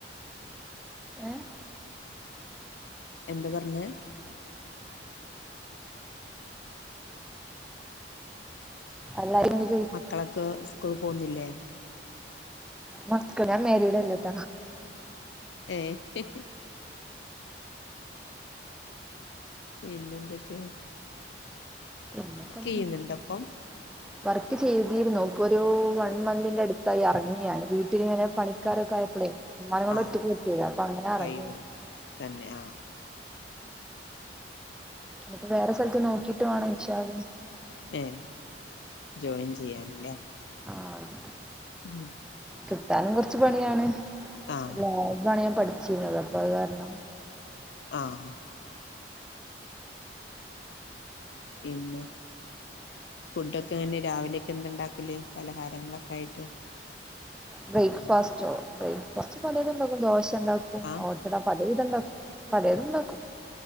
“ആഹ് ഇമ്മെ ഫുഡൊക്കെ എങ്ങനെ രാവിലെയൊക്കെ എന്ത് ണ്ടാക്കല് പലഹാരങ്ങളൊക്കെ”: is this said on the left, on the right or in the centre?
Left